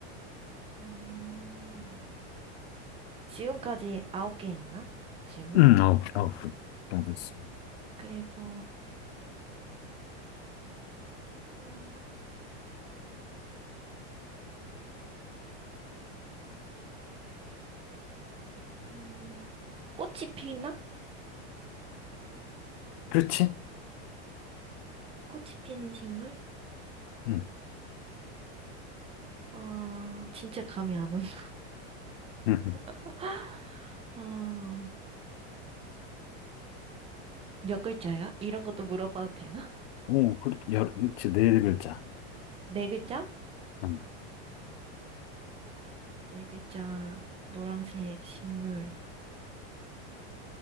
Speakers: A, on the right; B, on the left.
A: 음. 지금까지 아홉 개 했나? 질문?
B: 응, 아홉, 아홉 분정 있어.
A: 그리고, 음, 음, 꽃이 피나?
B: 그렇지?
A: 꽃이 피는 식물?
B: 응,
A: 어, 진짜 감이 안 온다.
B: 응. 응.
A: <laughs> 어, 음, 몇 글자야? 이런 것도 물어봐도 되나? <laughs>
B: 오, 그렇, 열, 그렇지, 네 글자.
A: 네 글자?
B: 응.
A: 네 글자, 노란색 식물,